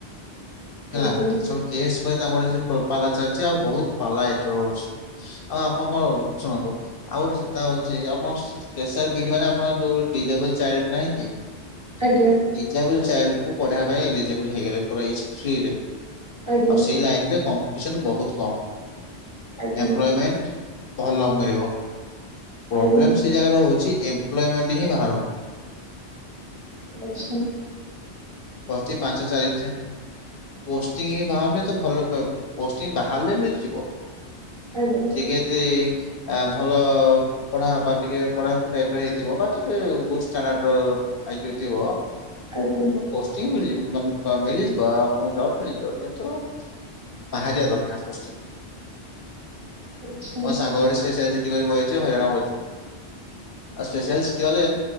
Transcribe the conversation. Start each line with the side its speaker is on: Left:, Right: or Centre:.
Left: ହେଲା
Right: ଆଜ୍ଞା
Left: ସବୁ କେସ୍ ପରେ ତାଙ୍କର ସବୁ ପାଲା ଚାଲିଛି ଆଉ ବହୁତ ପାଲା ଏଥର ରହୁଛି। ଆଉ ଆପଣଙ୍କ ଶୁଣନ୍ତୁ ଆଉ ଗୋଟେ ସେତା ହଉଛି ଆପଣ ସେ ସ୍ପେସାଲ୍ ବି ଇ ଡି ମାନେ ଆପଣଙ୍କ ଯୋଉ ଡିଜେବଲ ଚାଇଲଡ୍ ନାହିଁ କି?
Right: ଆଜ୍ଞା।
Left: ଡିକାବୁଲ ଚାଇଲ୍ଡ କୁ ପଢବା ପାଇଁ ଏଲିଜିବୁଲ୍ ହେଇଗଲେ ପୁରା ଫ୍ରି ରେ
Right: ଆଜ୍ଞା
Left: ଆଉ ସେ ଲାଇନରେ କମ୍ପିଟିସନ ବହୁତ କମ୍
Right: ଆଜ୍ଞା
Left: ଏମ୍ପ୍ଲୟମେଣ୍ଟ ଭଲ ମିଳିବ ପ୍ରୋବ୍ଲେମ
Right: ଆଜ୍ଞା
Left: ସେ ଜାଗାରେ ହଉଛି ଏମ୍ପ୍ଲୟମେଣ୍ଟ ହିଁ ବାହାରୁନି।
Right: ଆଛା।
Left: ଅତି ପାଞ୍ଚ ଚାରିଟା ପୋଷ୍ଟିଂ ହଁ ବାରୁନି ତ ଭଲ ପ ପୋଷ୍ଟିଂ ବାହାରିଲେ ମିଳିଯିବ।
Right: ଆଜ୍ଞା।
Left: ଟିକେଦି ଆ ଭଲ ପଢା ବା ଟିକେ ପଢା କୁ ଟାଇପ୍ ର ହେଇଥିବ ବା ଟିକେ ଗୁଡ ଷ୍ଟାଣ୍ଡଡ୍ ଆଇ କୋଉ ହେଇଥିବ
Right: ଆଜ୍ଞା
Left: ପୋଷ୍ଟିଙ୍ଗ ମିଳିଯିବ ମାନେ ପା ମିଳିଯିବ ଆଣଙ୍କୁ ଜବ୍ ମିଳିଯିବ କିନ୍ତୁ ବାହାରିଆ ଦରକାର ପୋଷ୍ଟିଙ୍ଗ
Right: ଆଚ୍ଛା
Left: ମୋ ସାଙ୍ଗ ଗୋଟେ ସ୍ପେସିଆଲ ବହିଛି ହଇରାଣ ହଉଛି। ଆଉ ସ୍ପେଶଆଲ ସିଟି ଗଲେ